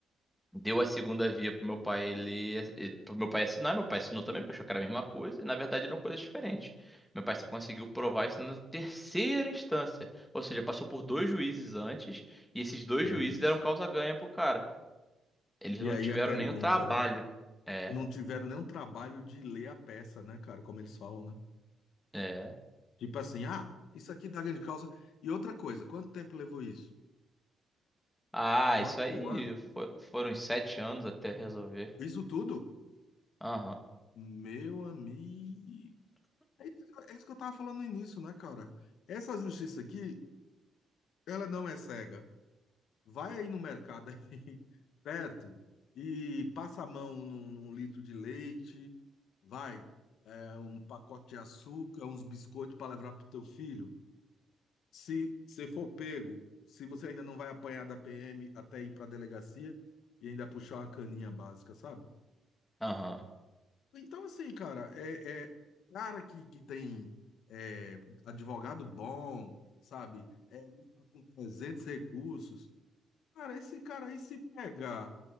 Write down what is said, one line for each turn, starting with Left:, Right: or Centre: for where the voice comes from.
Centre: deu a segunda via pro meu pai ler, e- pro meu pai assinar. Meu pai assinou também, porque achou que era a mesma coisa. E na verdade eram coisas diferentes. Meu pai só conseguiu provar isso na terceira instância. Ou seja, passou por dois juízes antes, e esses dois
Left: É
Centre: juízes
Left: isso.
Centre: deram causa ganha pro cara. Eles
Left: E
Centre: não
Left: aí
Centre: tiveram
Left: a pergunta,
Centre: nem o trabalho.
Left: né?
Centre: É,
Left: Não tiveram nenhum trabalho de ler a peça, né, cara? Como eles falam, né?
Centre: é.
Left: Tipo assim, ah, isso aqui dá grande causa. E outra coisa, quanto tempo levou isso?
Centre: Ah,
Left: Um
Centre: isso
Left: ano,
Centre: aí
Left: um ano.
Centre: fo- foram uns sete anos até resolver.
Left: Isso tudo?
Centre: Aham,
Left: Meu amigo. É isso, é isso que eu tava falando no início, né, cara? Essa justiça aqui, ela não é cega. Vai aí no mercado aí, <laughs> perto, e passa a mão num, num litro de leite, vai, é, um pacote de açúcar, uns biscoitos para levar pro teu filho. Se você for pego, se você ainda não vai apanhar da PM até ir pra delegacia e ainda puxar uma caninha básica, sabe?
Centre: aham.
Left: Então, assim, cara, é, é cara que, que tem é, advogado bom, sabe? É, com 300 recursos. Cara, esse cara aí, se pegar